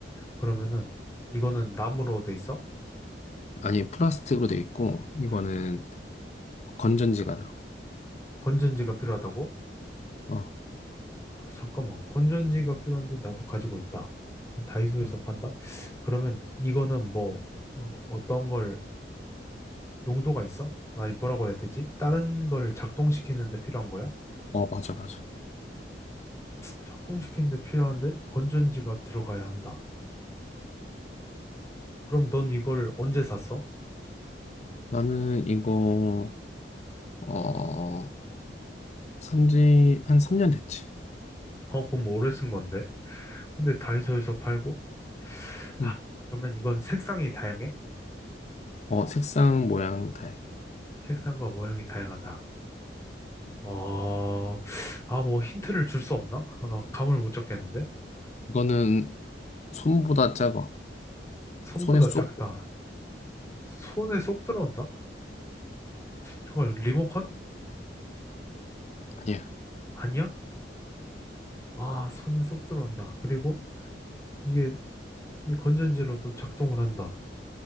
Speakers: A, on the left; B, on the left.
A: 그러면은
B: 응.
A: 이거는 나무로 돼 있어?
B: 아니 플라스틱으로 돼 있고 이거는
A: 음.
B: 건전지가 들어가.
A: 건전지가 필요하다고?
B: 어,
A: 아, 잠깐만. 건전지가 필요한데 나도 가지고 있다. 다이소에서
B: 어,
A: 판다? 그러면 이거는 뭐 어, 어떤 걸 용도가 있어? 아 뭐라고 해야 되지? 다른 걸 작동시키는데 필요한 거야?
B: 어, 맞아, 맞아.
A: 작동시키는데 필요한데 건전지가 들어가야 한다. 그럼 넌 이걸 언제 샀어?
B: 나는 이거, 어, 산지 한 3년 됐지.
A: 어, 그럼 오래 쓴 건데. 근데 다이소에서 팔고? 아,
B: 응.
A: 그러면 이건 색상이 다양해?
B: 어, 색상, 모양, 다 해.
A: 색상과 모양이 다양하다. 어, 아, 뭐 힌트를 줄 수 없나? 아, 나 감을 못 잡겠는데?
B: 이거는 손보다 작아.
A: 손보다
B: 손에 쏙,
A: 작다. 손에 쏙 들어온다? 잠깐, 리모컨?
B: 아니야.
A: 아니야? 아, 손에 쏙 들어온다. 그리고 이게 이 건전지로도 작동을 한다.